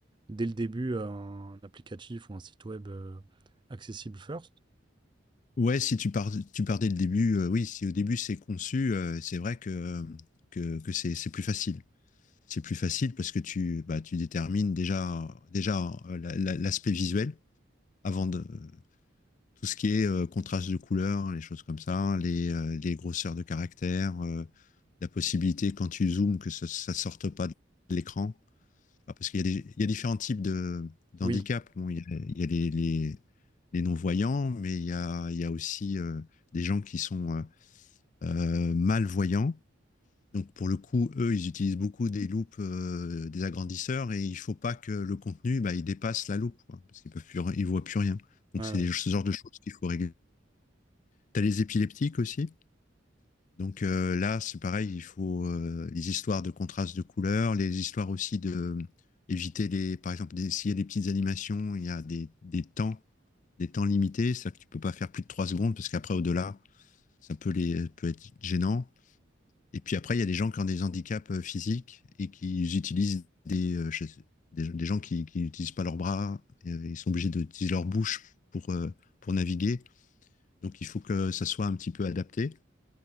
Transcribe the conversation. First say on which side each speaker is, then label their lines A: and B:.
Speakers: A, on the right; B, on the left.
A: dès le début un applicatif ou un site web euh, accessible first.
B: ouais, si tu pars, tu pars dès le début, euh, oui, si au début c'est conçu, euh, c'est vrai que, que, que c'est, c'est plus facile. C'est plus facile parce que tu, bah, tu détermines déjà, déjà euh, la- la- l'aspect visuel avant de, tout ce qui est euh, contraste de couleurs, les choses comme ça, les, euh, les grosseurs de caractères, euh, la possibilité quand tu zoomes que ça, ça sorte pas de l'écran. Ah, Parce qu'il y a des- il y a différents types de d'handicap.
A: Oui,
B: Bon, il y a, il y a les, les, les non-voyants, mais il y a, il y a aussi euh, des gens qui sont euh, euh, malvoyants. Donc pour le coup, eux, ils utilisent beaucoup des loupes, euh, des agrandisseurs, et il ne faut pas que le contenu, bah, il dépasse la loupe, quoi, parce qu'ils peuvent plus, ils voient plus rien. Donc
A: ouais,
B: c'est
A: ouais.
B: des- ce genre de choses qu'il faut régler. T'as les épileptiques aussi. Donc euh, là, c'est pareil, il faut euh, les histoires de contraste de couleurs, les histoires aussi de éviter les, par exemple, des- s'il y a des petites animations, il y a des, des temps, des temps limités, c'est-à-dire que tu peux pas faire plus de trois secondes parce qu'après au-delà, ça peut les peut être gênant. Et puis après, il y a des gens qui ont des handicaps euh, physiques et qui utilisent des, euh, je sais- des, des gens qui qui n'utilisent pas leurs bras, euh, ils sont obligés d'utiliser leur bouche pour euh, pour naviguer. Donc il faut que ça soit un petit peu adapté.